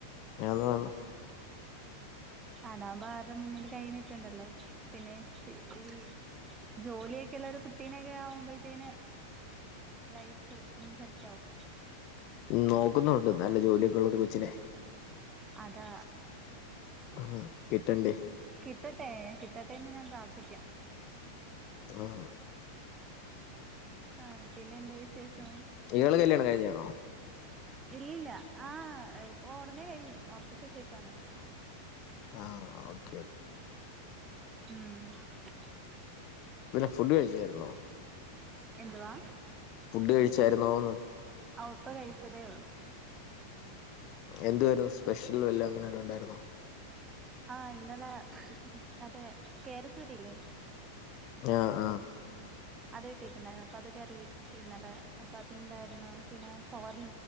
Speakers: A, on the left; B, on the right.
A: അതാണ്
B: അതാവുമ്പ ആര്ടെ മുന്നില് കൈന്നീട്ടണ്ടല്ലോ. പിന്നെ ജീ ഈ ജോലിയൊക്കെള്ളൊരു കുട്ടീനൊക്കെ ആവുമ്പോഴത്തേന്. ലൈഫ് ഒന്ന് സെറ്റാവും.
A: നോക്കുന്നുണ്ട് നല്ല ജോലിയൊക്കെള്ള ഒരു കൊച്ചിനെ.
B: അതാ.
A: ആഹ് കിട്ടണ്ടേ.
B: കിട്ടട്ടെ കിട്ടട്ടേന്ന് ഞാൻ പ്രാർത്ഥിക്കാം
A: ഉം
B: ആ, പിന്നെന്താ വിശേഷം.
A: ഇയാള് കല്യാണം കഴിഞ്ഞാണോ.
B: ഇല്ലല്ല ആഹ ഇപ്പൊ ഒടനെ കഴിയും ഒറപ്പിചെചേകുവാണ്..
A: ആഹ ഓക്കെ
B: ഉം
A: പിന്നെ ഫുഡ് കഴിചാര്ന്നോ
B: എന്തുവാ.
A: ഫുഡ് കഴിച്ചാര്ന്നോന്ന്.
B: ആ, ഇപ്പം കഴിച്ചതേഒള്ളൂ.
A: എന്തുവാര്ന്നു സ്പെഷ്യൽ വല്ല അങ്ങനൊല്ലോണ്ടായിരുന്നോ...
B: ആഹ, ഇന്നലെ അതേ കേരച്ചൂരയില്ലേ..
A: ഞ്ഞ. ആഹ..
B: അത് കിട്ടിട്ടുണ്ടായിരുന്നു അപ്പൊ അതക്കെ അറി വെച്ച് ഇന്നലെ അപ്പൊ അതിണ്ടായിരുന്നു പിന്നെ തോരൽ..